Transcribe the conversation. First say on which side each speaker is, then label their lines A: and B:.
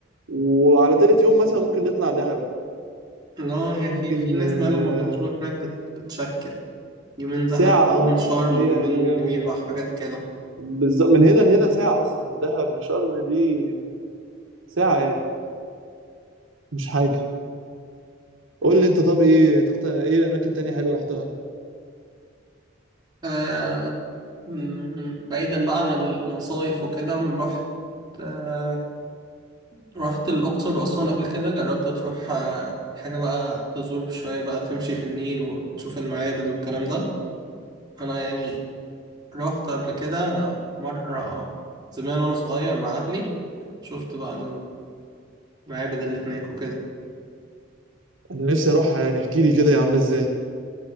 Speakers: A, on the right; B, on the right.
A: وعلى تالت يوم مثلا ممكن نطلع دهب
B: لا هي
A: ممكن
B: في في ناس
A: آه،
B: بقى لما بتروح هناك بت- بتشكل يومين دهب
A: ساعة اه
B: يومين شرم
A: اه هي
B: يومين
A: هي
B: نويبع حاجات كده
A: بالظبط من هنا لهنا ساعة أصلا من دهب لشرم دي آه، ساعة يعني مش حاجة قول لي انت طب ايه تقت... ايه الاماكن تانية حلوه رحتها
B: آه م- بعيدا بقى عن المصايف وكده رحت آه رحت الأقصر وأسوان قبل كده جربت تروح آه حاجة بقى تزور شوية بقى تمشي في النيل وتشوف المعابد والكلام ده أنا يعني رحت قبل كده مرة زمان وأنا صغير مع أهلي شفت بقى المعابد اللي هناك وكده
A: انا نفسي اروحها يعني احكي لي كده هي عامله ازاي